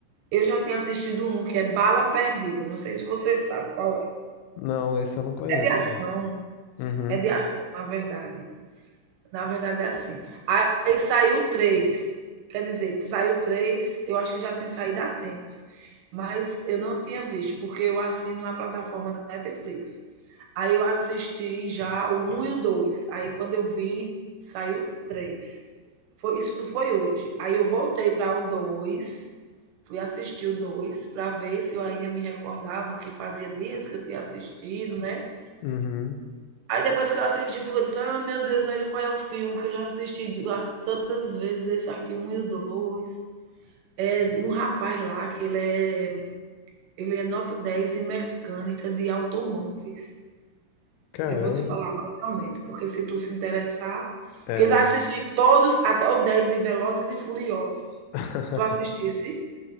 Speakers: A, on the right (about 75°); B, on the left (about 85°).
A: Eu já tenho assistido um que é Bala Perdida. Não sei se você sabe qual é.
B: Não, esse eu não conheço,
A: É de ação.
B: não. Uhum,
A: É de ação, na verdade. Na verdade é assim. Aí, aí saiu três. Quer dizer, saiu três, eu acho que já tem saído há tempos. Mas eu não tinha visto, porque eu assino a plataforma Netflix. Aí eu assisti já o um e o 2. Aí quando eu vi, saiu 3. Foi, isso foi hoje. Aí eu voltei para o 2, fui assistir o 2 para ver se eu ainda me recordava que fazia dias que eu tinha assistido, né?
B: uhum.
A: Aí depois que eu assisti, foi que eu disse: Ah, meu Deus, olha qual é o filme que eu já assisti ah, tantas vezes, esse aqui, um e o dois. É um rapaz lá que ele é, ele é nota 10 em mecânica de automóveis.
B: Caramba.
A: Eu vou te falar mais ou menos, porque se tu se interessar,
B: É.
A: que eu já assisti todos, até o 10 de Velozes e Furiosos.
B: <laughs>
A: Tu assistisse?